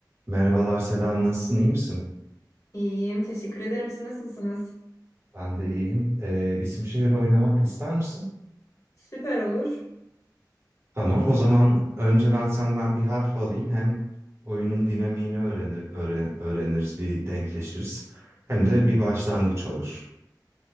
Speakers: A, on the right (about 35°); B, on the left (about 45°).
A: Merhabalar Seda, nasılsın? iyi misin?
B: İyiyim, teşekkür ederim. Siz nasılsınız?
A: Ben de iyiyim. Ee, isim şehir oynamak ister misin?
B: Süper olur.
A: Tamam, o zaman önce ben senden bir harf alayım. Hem oyunun dinamiğini öğrenir, öğre- öğreniriz, bir denkleşiriz. Hem de
B: Hı hı.
A: bir başlangıç olur.